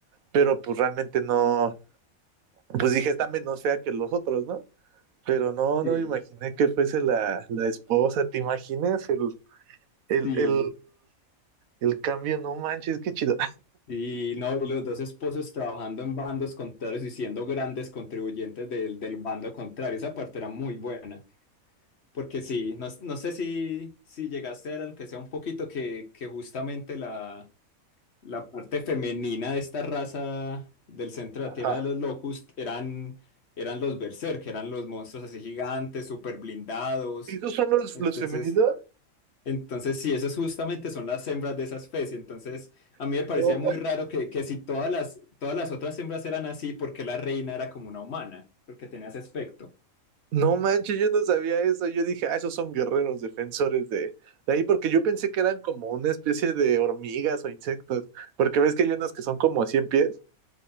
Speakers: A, on the right; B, on the left.
A: pero pues realmente no, pues dije, está menos fea que los otros, ¿no? Pero no,
B: Sí.
A: no me imaginé que fuese la, la esposa, ¿te imaginas? El, el,
B: Sí.
A: el, el cambio, no manches, qué chido.
B: Y no, y los dos esposos trabajando en bandos contrarios y siendo grandes contribuyentes del, del bando contrario. Esa parte era muy buena. Porque sí, no, no sé si, si llegaste a ver, aunque sea un poquito, que, que justamente la, la parte femenina de esta raza del centro de
A: <laughs>
B: la Tierra de los Locust eran, eran los Berserk, eran los monstruos así gigantes, súper blindados.
A: esos son los,
B: Entonces.
A: los femeninos?
B: Entonces, sí, esas justamente son las hembras de esa especie. Entonces, a mí me parecía
A: No,
B: muy raro que, que si todas las, todas las otras hembras eran así, porque la reina era como una humana, porque tenía ese aspecto.
A: no manches, yo no sabía eso. Yo dije, ah, esos son guerreros defensores de, de ahí, porque yo pensé que eran como una especie de hormigas o insectos, porque ves que hay unos que son como 100 pies,